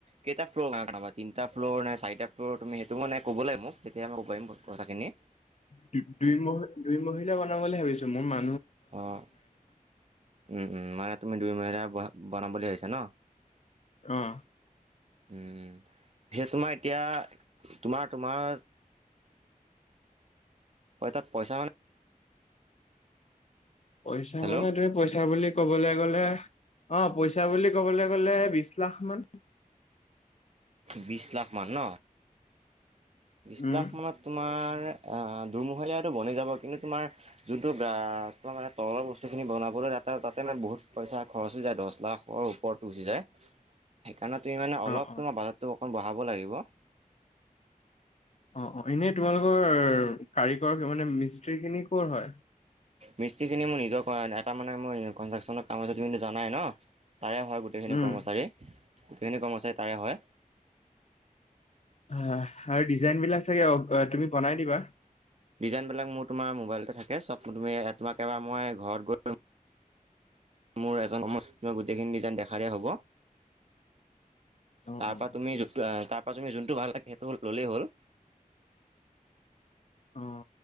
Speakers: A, on the right; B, on the left.
A: কেইটা ফ্ল'ৰ বনাবা, তিনিটা ফ্ল'ৰ নে চাৰিটা ফ্ল'ৰ তুমি সেইটো মানে ক'ব লাগিব মোক তেতিয়া ক'ব পাৰিম পইচাখিনি।
B: দুই- দুই মহ মহলা বনাওঁ বুলি ভাবিছো, মোৰ মা
A: অ' উম- উম মানে তুমি দুই মহিলা বনা বনাম বুলি ভাবিছা ন।
B: অ'।
A: উম, পিছে তোমাৰ এতিয়া তোমাৰ-তোমাৰ হয়ই তাত পইচা মানে
B: পইচা
A: হেল্ল'
B: মানে তুমি পইচা বুলি- ক'বলৈ গ'লে অ পইচা বুলি ক'বলৈ গ'লে বিশ লাখ মান
A: বিশছ লাখমান ন। বিশ
B: উম
A: লাখ মানত তোমাৰ দমহলীয়াটো বনি যাব কিন্তু তুমাৰ যোনটো তোমাৰ মানে তলৰ বস্তু খিনি বনাব তাতে মানে বহুত পইচা খৰচ হৈ যায় দহ লাখৰ ওপৰতো গুচি যায়।
B: <inaudible>
A: সেইকাৰণে তুমি মানে অলপ
B: অ অ
A: তোমাৰ বাজেট টো অকণমান বঢ়াব লাগিব।
B: অ অ এনেই তোমালোকৰ কাৰিকৰ মানে মিস্ত্ৰী খিনি কৰ হয়।
A: মিস্ত্ৰীখিনি মোৰ নিজৰ এটা মানে মোৰ কন্ৰাকচনৰ কাম তুম জানাই ন। তাৰে হয় গোটেইখিনি
B: উম
A: কৰ্মচাৰী গোটেইখিনি কৰ্মচাৰী তাৰে হয়।
B: অ আৰু ডিজাইন বিলাক চাগে অ তুমি বনাই দিবা।
A: ডিজাইনবিলাক মোৰ তোমাৰ মোবাইলতে থাকে চব তুমি তোমাকেবাৰ মই ঘৰত গৈ মোৰ এজন সময় মই গোটেইখিনি ডিজাইন দেখাই দিয়া হব।
B: অ
A: তাৰ
B: অ
A: পৰা তুমি ত তুমি যোনটো ভাল লাকে সেইটো হ'ল ল'লেই হ'ল।
B: অ